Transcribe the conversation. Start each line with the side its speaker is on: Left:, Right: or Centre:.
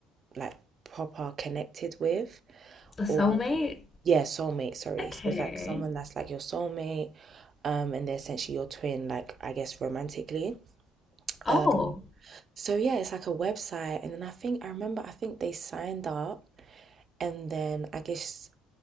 Right: like proper connected with
Left: A soulmate?
Right: or yeah, soulmate, sorry.
Left: Okay.
Right: So it's like someone that's like your soulmate, um, and they're essentially your twin, like I guess romantically.
Left: Oh,
Right: Um, so yeah, it's like a website, and then I think I remember I think they signed up, and then I guess